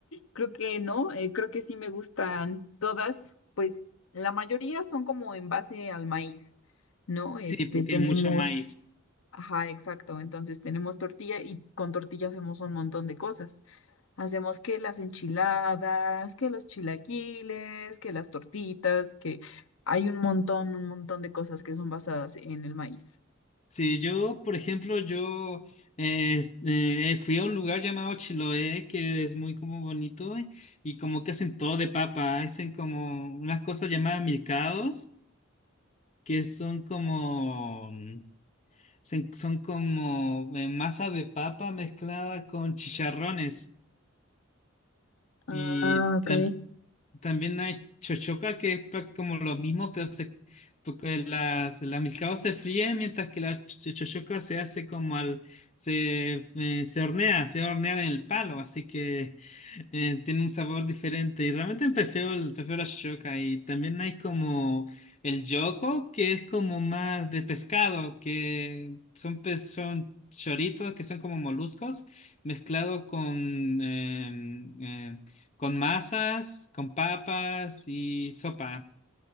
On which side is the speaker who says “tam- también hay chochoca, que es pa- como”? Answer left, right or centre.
Left